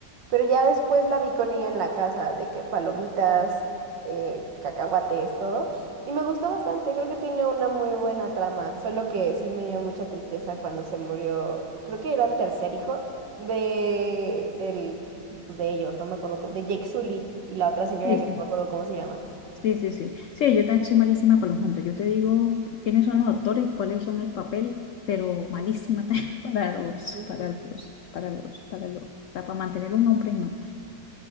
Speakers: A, on the right (about 85°); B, on the left (about 85°).
A: Pero ya después la vi con ella en la casa, de que palomitas, eh, cacahuates, todo. Y me gustó bastante, creo que tiene una muy buena trama, solo que sí me dio mucha tristeza cuando se murió, creo que era el tercer hijo de, del pues, de ellos, no me acuerdo cómo, de Jake Sully y la otra señora
B: sí,
A: que
B: sí.
A: no me acuerdo cómo se llama.
B: Sí, sí, sí. Sí, yo también soy malísima para los nombres. Yo te digo quiénes son los actores, cuáles son el papel, pero malísima <laughs> también para los,
A: Sí.
B: para los, para los, para los, o sea, para mantener los nombres, no.